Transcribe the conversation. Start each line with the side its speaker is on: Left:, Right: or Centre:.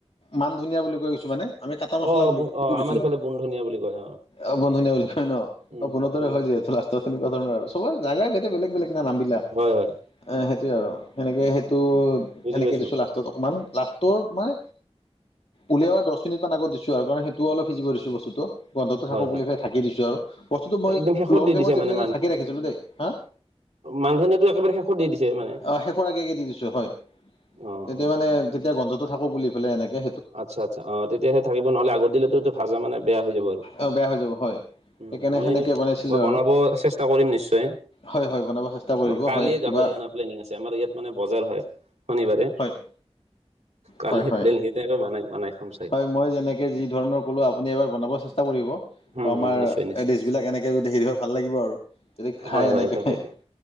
Left: মান ধনিয়া বুলি কৈ কিছুমানে। আমি কাটা মছলা
Right: অ',
Left: বুলি কওঁ
Right: অ',
Left: সেইটো দিছিলোঁ
Right: আমাৰ এইফালে বুন ধনীয়া বুলি কয় অ'।
Left: অ', বন ধনীয়া বুলি কয় ন?
Right: উম
Left: অ', বনৰ দৰে
Right: উম
Left: হয়
Right: উম
Left: যে লাষ্ট তেনেকুৱা ধৰণৰ আৰু। চবৰ জেগাই বেলেগ-বেলেগ না নামবিলাক।
Right: হয় হয়
Left: এ সেইটোয়ে আৰু সেনেকে সেইটো
Right: বুজি
Left: এনেকে
Right: পাইছো
Left: দিছোঁ লাষ্টত অকমান। লাষ্টৰ মানে উলিয়ানা দহ মিনিট মান আগত দিছোঁ আৰু কাৰণ সেইটো অলপ সিজিব দিছোঁ বস্তুটো। গন্ধটো থাকক
Right: হয় হয়
Left: বুলি পেলাই ঢাকি দিছোঁ আৰু বস্তুটো মই
Right: একদম শেষত
Left: ল ফ্লামত
Right: দিছে
Left: দি
Right: মানে
Left: ফেলাই কিন্তু ঢাকি ৰাখিছিলোঁ দেই। হা?
Right: মান ধনীয়াটো একেবাৰে শেষত দি দিছে মানে?
Left: অ' শেষৰ আগে আগে দি দিছোঁ হয়
Right: অ'।
Left: তেতিয়া
Right: অ
Left: মানে তেতিয়া গন্ধটো থাকক বুলি এনেকে
Right: আচ্ছা-আচ্ছা অ', তেতিয়াহে থাকিব নহ'লে আগত দিলেতো ভাজা মানে বেয়া হৈ যাব আৰু।
Left: অ', বেয়া হৈ যাব হয়।
Right: উম,
Left: সেইকাৰণে
Right: মই-মই
Left: সেনেকে বনাইছিলোঁ
Right: বনাব
Left: আৰু
Right: চেষ্টা কৰিম নিশ্চয়।
Left: হয় হয় বনাব চেষ্টা কৰিব
Right: মোৰ কালিয়ে
Left: হয় কিবা
Right: গাহৰি অনা প্লেনিং আছে আমাৰ ইয়াত মানে বজাৰ হয়। শনিবাৰে।
Left: হয়
Right: কালি
Left: হয়
Right: হে
Left: হয়
Right: প্লেনকেইটাই বানাই-বনাই খাম চাগে।
Left: হয় মই যেনেকৈ যি ধৰণৰ ক'লোঁ আপুনি এবাৰ বনাব চেষ্টা কৰিব।
Right: উম
Left: ত, আমাৰ
Right: উম নিশ্চয় নিশ্চয়
Left: ডিচ বিলাক এনেকে যদি সেৰি হয় ভাল লাগিব আৰু যদি খাই
Right: হয় হয়
Left: এনেকে।
Right: তাকেইতো